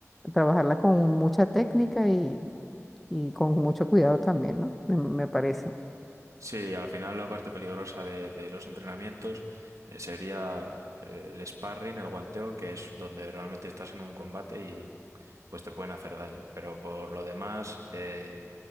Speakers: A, in the centre; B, on the right (about 75°).
A: trabajarla con mucha técnica y, y con mucho cuidado también, ¿no? Me, me parece.
B: Sí, al final la parte peligrosa de, de los entrenamientos eh, sería eh, el sparring, el guanteo, que es donde realmente estás en un combate y pues te pueden hacer daño. Pero por lo demás eh,